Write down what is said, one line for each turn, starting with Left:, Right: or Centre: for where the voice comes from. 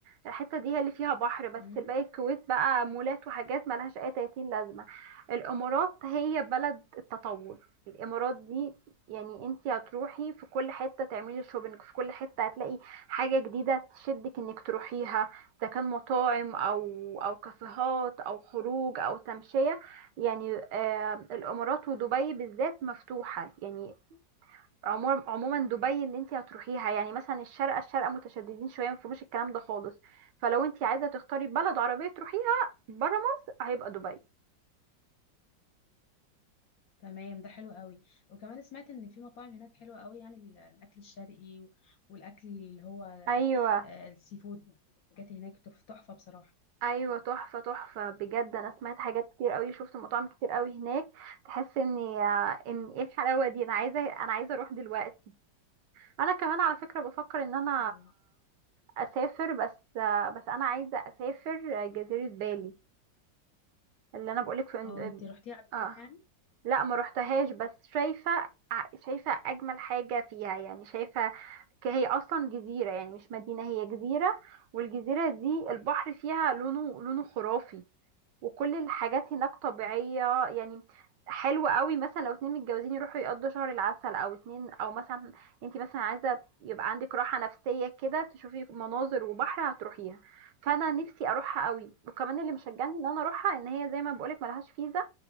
Right: الحتة دي هي اللي فيها بحر بس
Left: بقى
Right: الباقي الكويت بقى مولات وحاجات ملهاش اي 30 لازمة الامارات هي بلد التطور الامارات دي يعني انتي هتروحي في كل حتة تعملي شوبينج في كل حتة هتلاقي حاجة جديدة تشدك انك تروحيها اذا كان مطاعم او او كافيهات او خروج او تمشية يعني آه، الامارات ودبي بالذات مفتوحه يعني عموما عموما دبي اللي انت هتروحيها يعني مثلا الشارقه الشارقه متشددين شويه ما فيهمش الكلام ده خالص فلو انت عايزه تختاري بلد عربيه تروحيها بره مصر هيبقى دبي
Left: تمام ده حلو قوي وكمان سمعت ان في مطاعم هناك حلوه قوي يعني ال- الاكل الشرقي و- والاكل اللي هو
Right: ايوه
Left: آه، السي فود الحاجات هناك تف- تحفه بصراحه
Right: ايوه تحفه تحفه بجد انا سمعت حاجات كتير قوي شفت مطاعم كتير قوي هناك تحس ان ان ايه الحلاوه دي انا عايزه انا عايزه اروح دلوقتي انا كمان على فكره بفكر ان انا
Left: أيوة.
Right: اسافر بس آه، بس انا عايزه اسافر جزيره بالي اللي انا بقولك في اند...
Left: اه انت رحتيها قبل
Right: اه
Left: كده يعني
Right: لا ما روحتهاش بس شايفه ع- شايفه اجمل حاجه فيها يعني شايفه ك- هي اصلا جزيره يعني مش مدينه هي جزيره والجزيره دي البحر فيها لونه لونه خرافي وكل الحاجات هناك طبيعية
Left: أه.
Right: يعني حلو قوي مثلا لو اتنين متجوزين يروحوا يقضوا شهر العسل او اتنين او مثلا انت مثلا عايزة يبقى عندك راحة نفسية كده تشوفي مناظر وبحر هتروحيها فانا نفسي اروحها قوي وكمان اللي مشجعني ان انا اروحها ان هي زي ما بقولك ملهاش فيزا